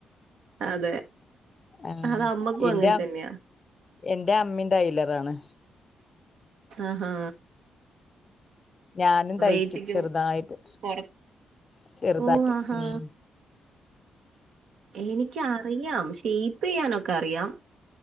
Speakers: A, on the right; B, on the left.
A: അതെ
B: ആഹ്
A: അത് അമ്മക്കും
B: ഇന്റെ
A: അങ്ങനെ തന്നെയാ
B: എന്റെ അമ്മിം ടൈലറാണ്
A: ആഹ് ഹാ
B: ഞാനും തയ്ക്കും
A: ഏച്ചിക്കും
B: ചെറുതായിട്ട്
A: പൊറ
B: ചെറുതായിട്ട്
A: ഓഹ് ആഹാ.
B: ഉം
A: എനിക്ക് അറിയാം ഷെയിപ്പ് ചെയ്യാനൊക്കെ അറിയാം